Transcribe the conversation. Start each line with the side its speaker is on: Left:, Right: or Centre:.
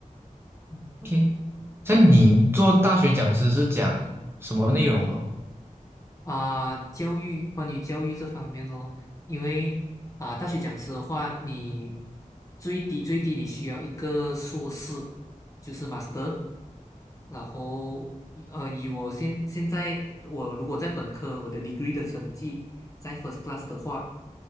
Left: 嗯
Right: ，OK，这样你做大学讲师是讲什么内容哦？
Left: 啊、教育关于教育这方面哦，因为啊、大学讲师的话，你最低最低你需要一个硕士，就是 master，然后呃，以我现现在我如果在本科我的 degree 的成绩在 first class 的话，